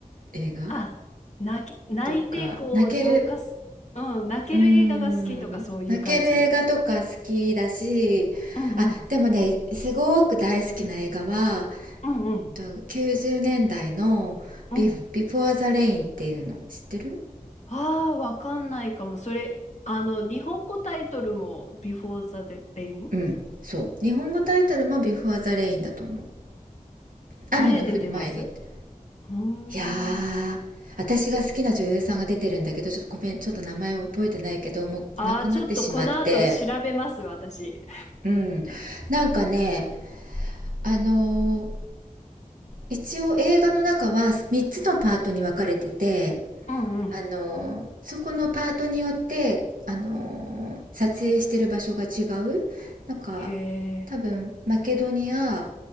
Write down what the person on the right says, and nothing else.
映画
とか泣ける
うーん泣ける映画とか好きだしあでもねすごく大好きな映画は
と90年代のビ「Before
the Rain」っていうの知ってる
うんそう日本語タイトルも「Before the Rain」だと思う雨の降る前にって
いやー私が好きな女優さんが出てるんだけどちょっとごめんちょっと名前を覚えてないけどもう亡くなってしまって
うんなんかねあのー一応映画の中は3つのパートに分かれてて
あのそこのパートによってあの撮影してる場所が違うなんか
多分マケドニア